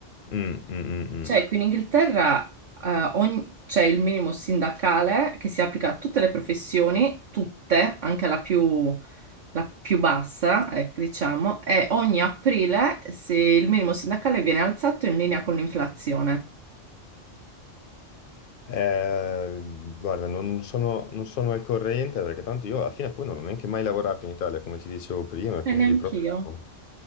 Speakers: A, on the left; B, on the right.
A: mm, mm, mm,
B: Cioè,
A: mm.
B: qui in Inghilterra eh, ogni- c'è il minimo sindacale che si applica a tutte le professioni, tutte, anche la più, la più bassa, eh, diciamo, e ogni aprile se il minimo sindacale viene alzato in linea con l'inflazione.
A: Eh, guarda, non sono, non sono al corrente perché tanto io alla fine poi non ho neanche mai lavorato in Italia, come ti dicevo prima, quindi
B: Eh, neanch'io.
A: proprio